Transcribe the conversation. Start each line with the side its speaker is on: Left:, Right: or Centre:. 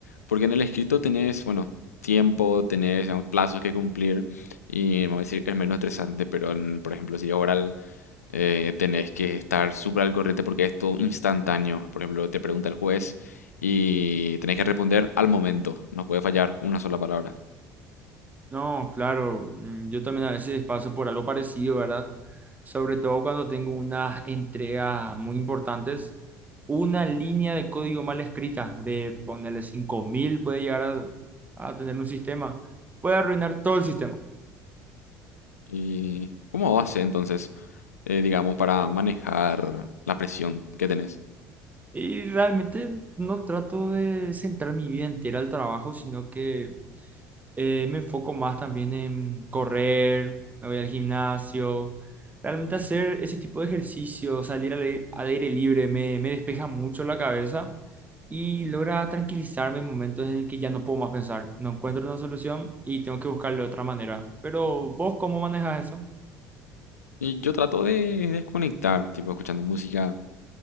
Left: porque en el escrito tenés, bueno, tiempo, tenés digamos, plazos que cumplir y vamos a decir, es menos estresante, pero en, por ejemplo, si es oral, eh, tenés que estar súper al corriente porque es todo instantáneo. Por ejemplo, te pregunta el juez y tenés que responder al momento, no puede fallar una sola palabra.
Right: No, claro, mm, yo también a veces paso por algo parecido, ¿verdad? Sobre todo cuando tengo unas entregas muy importantes, una línea de código mal escrita, de ponerle 5000 puede llegar a, a tener un sistema, puede arruinar todo el sistema.
Left: ¿Y cómo haces entonces, eh, digamos, para manejar la presión que tenés?
Right: Y realmente no trato de centrar mi vida entera al trabajo, sino que eh, me enfoco más también en correr, me voy al gimnasio. Realmente hacer ese tipo de ejercicio, salir al aire, al aire libre, me, me despeja mucho la cabeza y logra tranquilizarme en momentos en el que ya no puedo más pensar. No encuentro una solución y tengo que buscarle otra manera. Pero vos, ¿cómo manejas eso?
Left: Y yo trato de desconectar, tipo escuchando música,